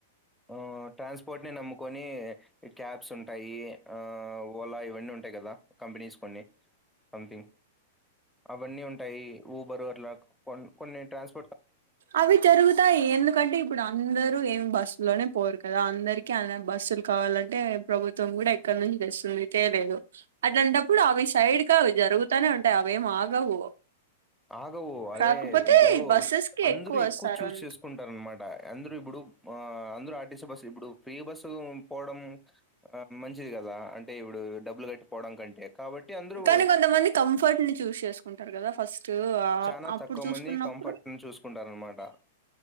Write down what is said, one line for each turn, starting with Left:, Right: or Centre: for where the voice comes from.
Centre: ఆ ట్రాన్స్పోర్ట్ ని నమ్ముకొని క్యాబ్స్ ఉంటాయి ఆ ఓలా ఇవన్నీ ఉంటాయి కదా కంపెనీస్ కొన్ని సంథింగ్ అవన్నీ ఉంటాయి ఊబర్ వర్ల కొ కొన్ని ట్రాన్స్
Right: అవి జరుగుతాయి ఎందుకంటే ఇప్పుడు అందరు ఏం బస్సులోనే పోరు కదా అందరికి అలా బస్సులు కావాలంటే ప్రభుత్వం కూడా ఎక్కడ నుంచి తెస్తుంది తెలే అట్లాంటప్పుడు అవి సైడ్ కా అవి జరుగుతానే ఉంటాయి అవేం ఆగవు
Centre: ఆగవు అదే
Right: కాకపోతే
Centre: ఇప్పుడు
Right: బస్సెస్ కి
Centre: అందరు
Right: వస్తారు
Centre: ఎక్కువ చూజ్
Right: అంత
Centre: చేసుకుంటార అనమాట అందరు ఇప్పుడు ఆ అంద ఆర్టిస్ట్ బస్సు ఇప్పుడు ఫ్రీ బస్సు పోవడం మంచిది కదా అంటే ఇప్పుడు డబ్లు కట్ పోవడం కంటే కాబట్టి అందరూ
Right: కానీ కొంతమంది కంఫర్ట్ ని చూస్ చేసుకుంటారు కదా ఫస్ట్ ఆ
Centre: చానా
Right: అప్పుడు
Centre: తక్కువ
Right: చూసుకున్నప్పుడు
Centre: మంది కంఫర్ట్ ని చూసుకుంటార అనమాట